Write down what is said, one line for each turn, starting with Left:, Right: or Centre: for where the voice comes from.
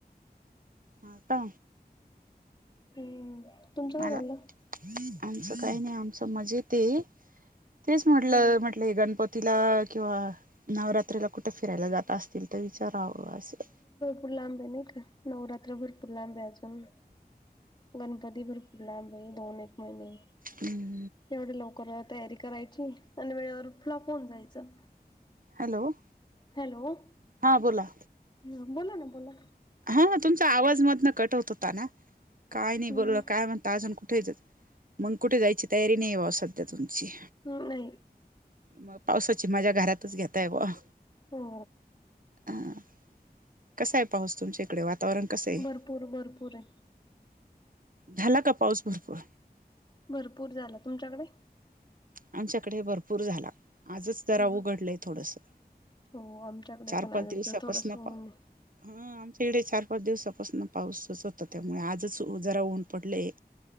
Right: ह का
Left: हम्म तुमचं काय
Right: मला
Left: झालं
Right: <inaudible> आमचं काही नाही आमच मजेतेत तेच म्हटलं
Left: हम्म
Right: म्हटलं. आपले गणपतीला किंवा नवरात्रीला कुठे फिरायला जात असतील तर विचारावं असं.
Left: खूप लांबे नाही का नवरात्रभर पुूर लांबे अजून गणपती भर फुरला आंबाई दोन एक महिने.
Right: हम्म.
Left: एवढया लवकर तयारी करायची... अन वेळेवर फ्लॉप होऊन जायचं.
Right: हॅलो.
Left: हॅलो.
Right: हा बोला.
Left: हं... बोला न, बोला.
Right: हा... तुमचा आवाज मधनं कट होत होता ना... काय नई,
Left: हम्म
Right: बोला... काय म्हणता... अजून कुठं ये तुम्ही? मग कुठे जायची तयारी नाई बा, सध्या तुमची.
Left: हं नई.
Right: मग... पावसाची मजा, घरातच घेताय बुआ!
Left: हो.
Right: हा... कसा ए पाऊस तुमच्या इकडे, वातावरण? कसं आहे
Left: भरपूर, भरपूर ए.
Right: झाला का पाऊस भरपूर?
Left: भरपूर झाला... तुमच्याकडे?
Right: आमच्याकडे ही... भरपूर झाला. आजच जरा
Left: हम्म
Right: उघडलंय थोडसं...
Left: हो आमच्याकडे
Right: चार
Left: पण
Right: पाच
Left: आजच
Right: दिवसापासनं
Left: थोडंसं ऊन
Right: पा
Left: आहे
Right: हा... आमच्या इकडे चार पाच दिवसापासूनं पाऊसच होता... त्यामुळे आजच जरा ऊन पडलंय.